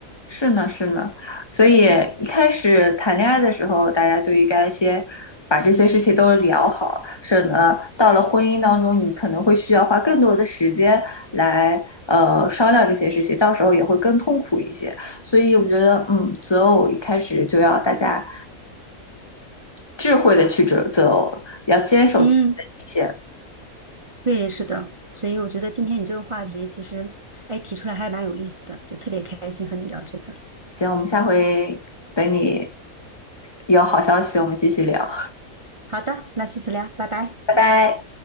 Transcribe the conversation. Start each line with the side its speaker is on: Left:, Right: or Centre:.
Left: 是呢，是呢，所以一开始谈恋爱的时候，大家就应该先把这些事情都聊好，省得到了婚姻当中，你可能会需要花更多的时间来呃商量这些事情，到时候也会更痛苦一些。所以我觉得，嗯，择偶一开始就要大家智慧的去择择偶，要坚守自己的底线。
Right: 嗯，对，是的。所以我觉得今天你这个话题其实，哎，提出来还蛮有意思的，就特别开心和你聊这个。
Left: 行，我们下回等你有好消息，我们继续聊。
Right: 好的，那下次聊，拜拜。
Left: 嗨。